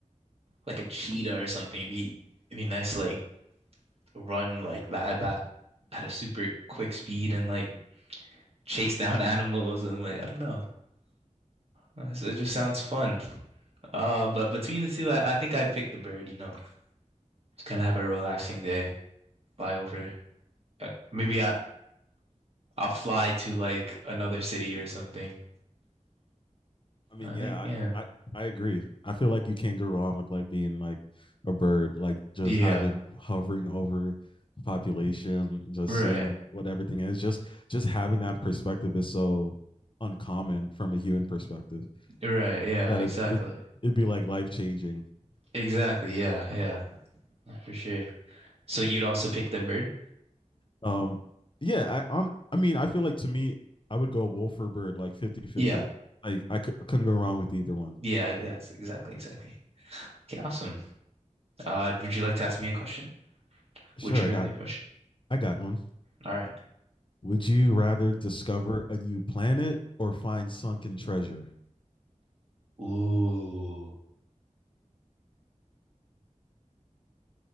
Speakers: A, on the right (about 50°); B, on the left (about 40°).
A: like a cheetah or something. It'd be it'd be nice to like run like that at that at a super quick speed and like chase <laughs> down animals and like I don't know. It's- It just sounds fun. Uh, but between the two, I, I think I'd pick the bird, you know. Just kind of have a relaxing day, fly over. Uh, Maybe I I'll fly to like another city or something.
B: I mean,
A: I
B: yeah,
A: think, yeah.
B: I, I, I agree. I feel like you can't go wrong with like being like a bird, like just
A: Yeah.
B: having hovering over the population, just
A: Right.
B: seeing what, what everything is. Just just having that perspective is so uncommon from a human perspective
A: Right, yeah,
B: that
A: exactly.
B: it, it it'd be like life changing.
A: Exactly, yeah, yeah, for sure. So you'd also pick the bird?
B: Um yeah, I on I mean, I feel like to me I would go wolf or bird like fifty-fifty.
A: Yeah.
B: Like I c- couldn't go wrong with either one.
A: Yeah, that's exactly, exactly. Okay, awesome. Uh, would you like to ask me a question?
B: Sure,
A: Would you
B: I
A: rather
B: got
A: question?
B: I got one.
A: All right.
B: Would you rather discover a new planet or find sunken treasure?
A: Ooh.